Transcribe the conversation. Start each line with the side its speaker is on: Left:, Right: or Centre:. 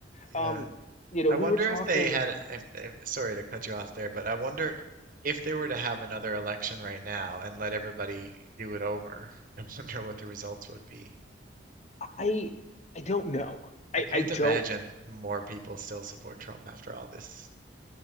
Right: yeah.
Left: Um, you know,
Right: I
Left: we
Right: wonder
Left: were talking
Right: if they had if, if sorry to cut you off there, but I wonder if they were to have another election right now and let everybody do it over, <laughs> I wonder what the results would be.
Left: I I don't know. I
Right: I can't
Left: I don't.
Right: imagine more people still support Trump after all this